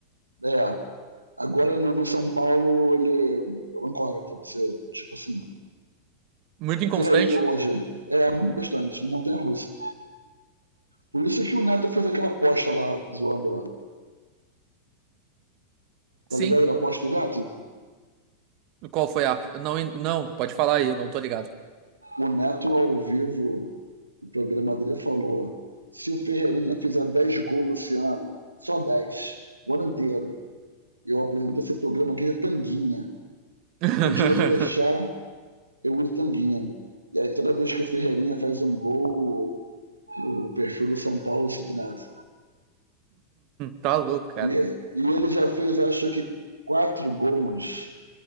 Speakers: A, on the right; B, on the right.
A: é, agora no, no, São Paulo, ele é um incógnito. Você, tipo assim,
B: Muito inconstante.
A: Ferreirinha hoje é muito bastante, montanha russa. Por isso que o Neto fez aquela aposta lá, zoando lá. Tá
B: Sim.
A: ligado da aposta do Neto?
B: Qual foi a. Não, en- não, pode falar aí, eu não tô ligado.
A: O Neto ao vivo no programa dele falou: se o Ferreirinha fizer 10 gols esse ano, só 10 o ano inteiro, eu apresento esse programa aqui de tanguinha.
B: <laughs>
A: Se o diretor deixar, eu uso tanguinha. E aí toda vez que o Ferreirinha faz um gol, o perfil do São Paulo cita o Neto.
B: Tá louco, cara.
A: E, e ele já fez, acho que, quatro gols